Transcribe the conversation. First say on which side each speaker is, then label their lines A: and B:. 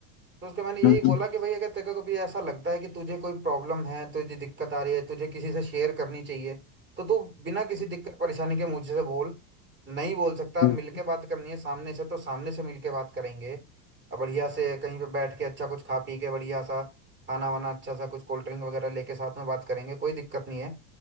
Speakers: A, on the right (about 20°); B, on the left (about 40°).
A: तो उसको मैंने यही
B: हम्म,
A: बोला
B: हम्म,
A: कि भाई अगर तेरे को कभी ऐसा लगता है कि तुझे कोई प्रॉब्लम है तुझे दिक्कत आ रही है तुझे किसी से शेयर करनी चाहिए तो तू बिना किसी दिक्कत परेशानी के मुझसे बोल नहीं बोल सकता
B: हम्म,
A: मिलके बात करनी है सामने से तो सामने से मिलके बात करेंगे और बढ़िया से कहीं पे बैठ के अच्छा कुछ खा पी के बढ़िया सा खाना वाना अच्छा सा कुछ कोल्ड ड्रिंक वगैरह लेके साथ में बात करेंगे कोई दिक्कत नहीं है